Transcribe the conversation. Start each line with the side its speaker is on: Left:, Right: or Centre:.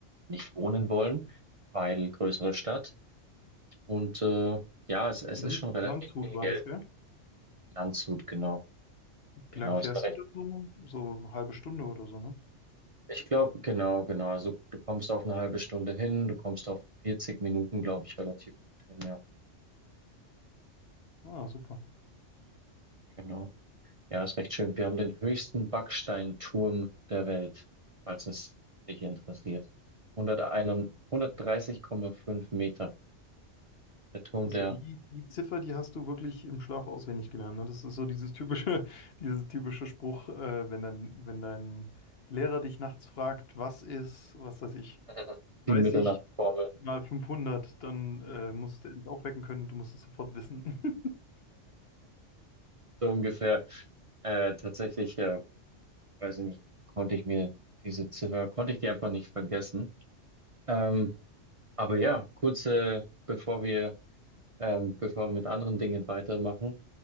Right: nicht wohnen wollen, weil größere Stadt. Und äh, ja, es, es
Left: Land-
Right: ist schon relativ
Left: Landshut
Right: viel
Left: war
Right: Geld.
Left: das, gell?
Right: Landshut, genau. Genau,
Left: Wie lange fährst
Right: ist recht.
Left: du da so? So eine halbe Stunde oder so, ne?
Right: Ich glaube, genau, genau. Also du kommst auf eine halbe Stunde hin, du kommst auf 40 Minuten, glaube ich, relativ gut hin, ja.
Left: Ah, super.
Right: Genau. Ja, ist recht schön. Wir haben den höchsten Backsteinturm der Welt, falls es dich interessiert. 101, 130,5 Meter. Der Turm
Left: Also
Right: der
Left: die, die Ziffer, die hast du wirklich im Schlaf auswendig gelernt. Ne? Das ist so dieses typische, <laughs> dieses typische Spruch, äh, wenn dein, wenn dein Lehrer dich nachts fragt, was ist, was weiß ich,
Right: <laughs> die
Left: 30
Right: Mitternachtsformel.
Left: mal 500 dann äh, musst du dich aufwecken können, du musst es sofort wissen. <laughs>
Right: So ungefähr. Äh, tatsächlich, äh, weiß ich nicht, konnte ich mir diese Ziffer, konnte ich die einfach nicht vergessen. Ähm, aber ja, kurze, bevor wir, ähm, bevor wir mit anderen Dingen weitermachen,